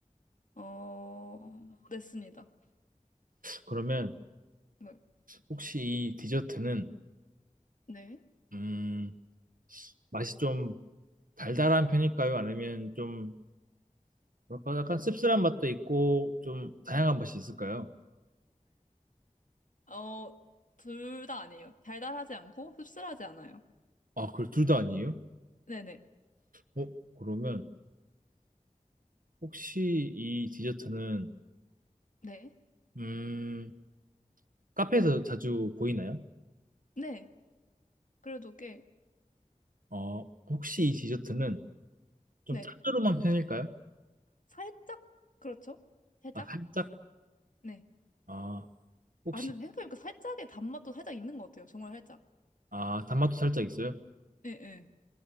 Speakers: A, on the left (about 70°); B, on the right (about 85°).
A: 어, 냈습니다.
B: 그러면
A: 네.
B: 혹시 이 디저트는
A: 네.
B: 음, 맛이 좀 달달한 편일까요? 아니면 좀 뭐랄까 약간 씁쓸한 맛도 있고 좀 다양한 맛이 있을까요?
A: 어, 둘 다 아니에요. 달달하지 않고 씁쓸하지 않아요.
B: 아, 그 둘 다 아니에요?
A: 네네.
B: 어, 그러면 혹시 이 디저트는
A: 네.
B: 음, 카페에서 자주 보이나요?
A: 네. 그래도 꽤,
B: 어, 혹시 이 디저트는 좀
A: 네.
B: 짭조름한 편일까요?
A: 살짝, 그렇죠? 살짝?
B: 아, 살짝?
A: 네.
B: 아, 혹시
A: 아, 근데 생각해보니까 살짝의 단맛도 살짝 있는 것 같아요. 정말 살짝.
B: 아, 단맛도 살짝 있어요?
A: 예, 예.